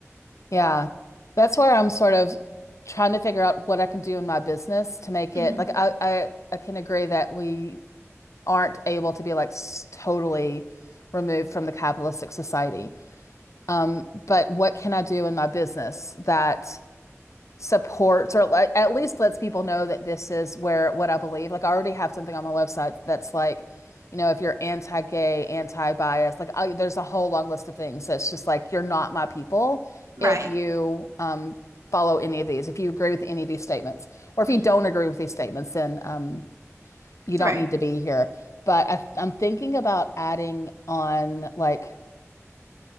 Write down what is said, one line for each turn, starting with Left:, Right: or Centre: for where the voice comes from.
Left: Yeah. That's where I'm sort of trying to figure out what I can do in my business to make
Right: Mhm.
Left: it like I I, I can agree that we aren't able to be like s- totally removed from the capitalistic society. Um, but what can I do in my business that supports or le- at least lets people know that this is where what I believe. Like I already have something on my website that's like, you know, if you're anti-gay, anti-bias, like I, there's a whole long list of things that's just like you're not my people
Right: Right.
Left: if you um, follow any of these, if you agree with any of these statements, or if
Right: Mhm.
Left: you don't agree with these statements, then um, you don't
Right: Right.
Left: need to be here. But I, I'm thinking about adding on like